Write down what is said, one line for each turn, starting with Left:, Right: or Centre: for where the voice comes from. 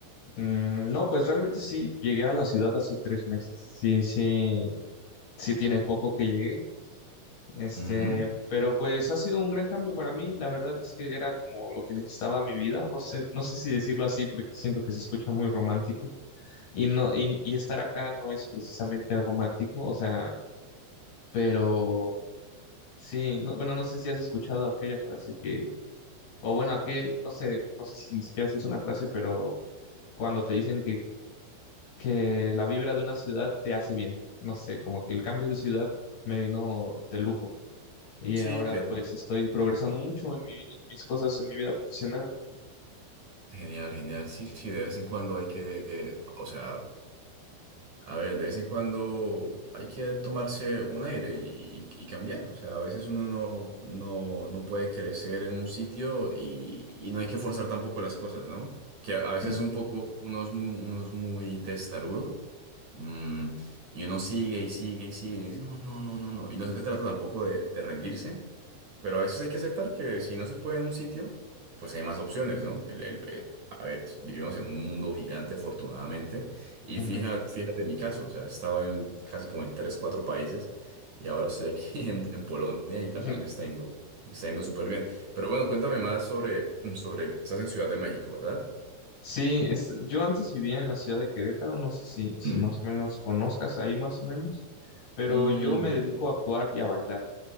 Left: Mm, no, pues realmente sí, llegué a la ciudad hace tres meses. Sí, sí, sí tiene poco que llegué. Este,
Right: Ujú.
Left: pero pues ha sido un gran cambio para mí. La verdad es que era como lo que necesitaba mi vida. No sé, no sé si decirlo así porque siento que se escucha muy romántico. Y no, y, y estar acá no es precisamente romántico, o sea, pero sí, no, bueno, no sé si has escuchado aquella frase que, o bueno, aquella, no sé, no sé si ni siquiera si es una frase, pero cuando te dicen que, que la vibra de una ciudad te hace bien. No sé, como que el cambio de ciudad me vino de lujo. Y
Right: Sí,
Left: ahora
Right: que
Left: pues estoy progresando mucho en mi- en mis cosas, en mi vida profesional.
Right: genial, genial. Sí, sí, de vez en cuando hay que, eh, o sea, A ver, de vez en cuando hay que tomarse un aire y, y- y cambiar. O sea, a veces uno no, no, no puede crecer en un sitio y, y no hay que forzar tampoco las cosas, ¿no? Que a a veces
Left: Ujú,
Right: un poco uno es muy, uno es muy testarudo mm, y uno sigue y sigue y sigue y dice, no, no, no, no, no. Y no se trata tampoco de, de rendirse, pero a veces hay que aceptar que si no se puede en un sitio, pues hay más opciones, ¿no? El, el- eh, a ver, vivimos en un mundo gigante, afortunadamente, y
Left: ujú,
Right: fíjate, fíjate mi caso, o sea, he estado en casi como en tres, cuatro países y ahora estoy aquí <laughs> en, en Polonia y también
Left: ujú.
Right: me está yendo, me está yendo súper bien. Pero bueno, cuéntame más sobre, mm, sobre, estás en Ciudad de México, ¿verdad?
Left: Sí, es- yo antes vivía en la ciudad de Querétaro, no sé si, si
Right: <clears throat>
Left: más o menos conozcas ahí más o menos, pero
Right: Mm,
Left: yo me dedico a actuar y a bailar.